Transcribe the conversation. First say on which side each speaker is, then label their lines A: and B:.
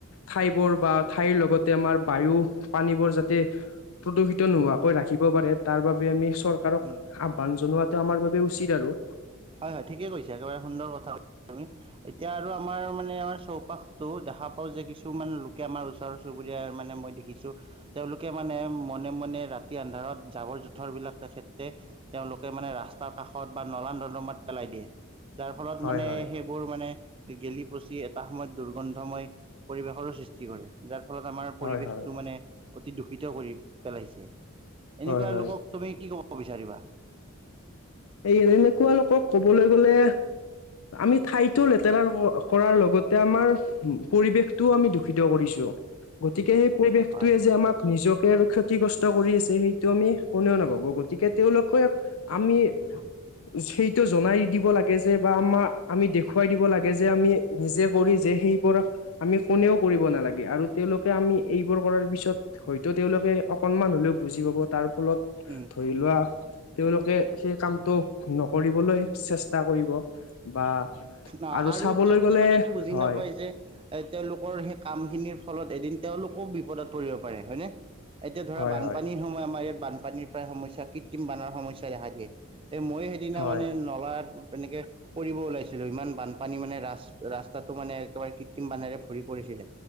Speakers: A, on the left; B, on the right.
A: ঠাইবোৰ বা ঠাইৰ লগতে আমাৰ বায়ু পানীবোৰ যাতে, প্ৰদূষিত নোহোৱা। কৈ ৰাখিব পাৰে, তাৰ বাবে আমি চৰকাৰক
B: উম
A: আহ্বান জনোৱাটো আমাৰ বাবে উচিত আৰু।
B: হয়, হয়, ঠিকে কৈছা, একেবাৰে সুন্দৰ কথা তুমি। এতিয়া আৰু আমাৰ মানে আমাৰ চৌপাশতো, দেখা পাওঁ যে, কিছুমান লোকে আমাৰ ওচ ওচৰ চুবুৰীয়া মানে মই দেখিছোঁ। তেওঁলোকে মানে, মনে, মনে ৰাতি আন্ধাৰত জাবৰ- জোথৰ বিলাক তেখেতে তেওঁলোকে মানে ৰাস্তাৰ কাষত বা নলা নৰ্দমাত পেলাই দিয়ে। যাৰ ফলত
A: হয়
B: মানে
A: হয়
B: সেই বোৰ মানে গেলি পচি এটা সময়ত দুৰ্গন্ধময় পৰিৱেশৰো সৃষ্টি কৰে। যাৰ ফলত আমাৰ
A: হয়
B: পৰিৱেশটো
A: হয়
B: মানে, অতি দূষিত কৰি পেলাইছে। এনেকুৱা
A: হয় হয়
B: লোকক তুমি কি ক'ব বিচাৰিবা?
A: এই এনেকুৱা লোকক কবলৈ গ'লে। আমি ঠাইতো লেতেৰা কৰাৰ লগতে আমাৰ। পৰিৱেশটো আমি দূষিত কৰিছো। গতিকে সেই পৰিৱেশটোৱে
B: হয়
A: যে আমাক। নিজকে আৰু ক্ষতিগ্ৰস্ত কৰি আছে, সেইটো আমি কোনেও নাভাবো। গতিকে তেওঁলোকে আমি।
B: <unintelligible>
A: সেইটো জনাই দিব লাগ কে যে বা আমা, আমি দেখুৱাই দিব লাগে যে, আমি নিজে কৰি যে সেইপৰা আমি কোনেও কৰিব নালাগে। আৰু তেওঁলোকে আমি এইবোৰ কৰাৰ পিছত। হয়তো তেওঁলোকে অকনমান হ'লেও বুজি পাব, তাৰ ফলত
B: উম।
A: ধৰি লোৱা তেওঁলোকে সেই কামটো নকৰিবলৈ চেষ্টা কৰিব বা
B: অ'
A: আৰু চাবলৈ
B: তেওঁলোকে
A: গলে
B: মানে এইটো বুজি
A: হয়
B: নাপায় যে তেওঁলোকৰ সেই কাম খিনিৰ ফলত এদিন তেওঁলোকো বিপদত পৰিব পাৰে হয়নে এতিয়া ধৰা
A: হয়
B: বানপানী
A: হয়
B: সময় আমাৰ ইয়াত বানপানীৰ পৰা সমস্যা কৃত্ৰিম বানৰ সমস্যা দেখা দিয়ে এই মই সেইদিনা
A: হয়
B: মানে নলাত এনেকে পৰিব ওলাইছি লো, ইমান বানপানী মানে ৰা ৰাস্তাটো মানে একেবাৰে কৃত্ৰিম বানেৰে ভৰি পৰিছিলে